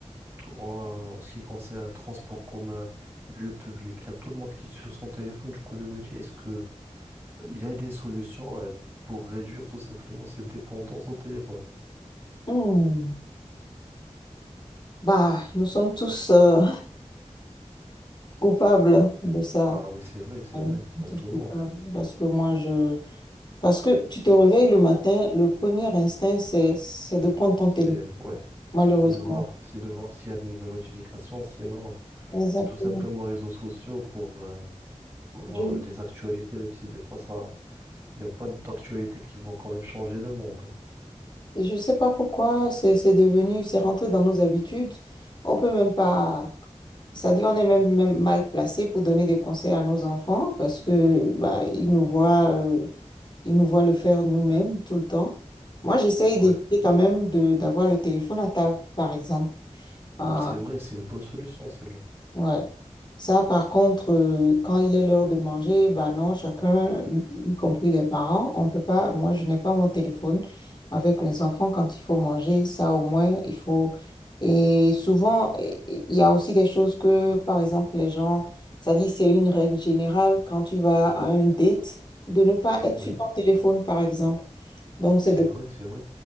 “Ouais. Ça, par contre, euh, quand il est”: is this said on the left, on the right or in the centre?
Left